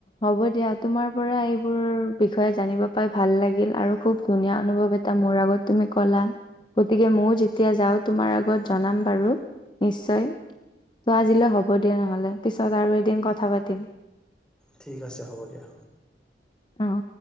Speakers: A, on the left (about 25°); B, in the centre.
A: হ'ব দিয়া তোমাৰ পৰা এইবোৰ বিষয়ে জানিব পাই ভাল লাগিল আৰু খুব ধুনীয়া অনুভৱ এটা মোৰ আগত তুমি কলা গতিকে ময়ও যেতিয়া যাও তোমাৰ আগত জনাম বাৰু নিশ্চয় ত আজিলৈ হ'ব দিয়া নহলে পিছত আৰু এদিন কথা পাতিম
B: ঠিক আছে হ'ব দিয়া
A: অ